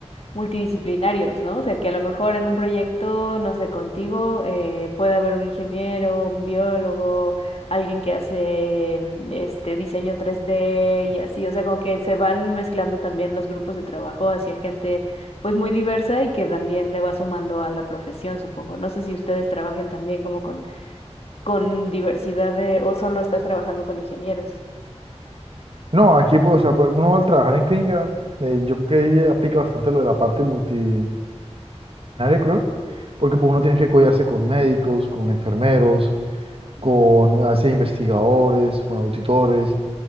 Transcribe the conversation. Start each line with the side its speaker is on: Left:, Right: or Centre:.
Left: multidisciplinarios, ¿no? O sea, que a lo mejor en un proyecto, no sé, contigo, eh, puede haber un ingeniero, un biólogo, alguien que hace mm, este diseño tres d y así, o sea, como que se van mezclando también los grupos de trabajo hacia gente pues muy diversa y que también le va sumando a la profesión, supongo. No sé si ustedes trabajen también como con, con diversidad de, o solo estás trabajando con ingenieros.
Right: No, aquí pues, o sea, pues, uno al trabajar en clínica, eh, yo creo que ahí aplica bastante lo de la parte multidisciplinaria, creo, porque pues, uno tiene que codearse con médicos, con enfermeros, con a veces investigadores, con auditores,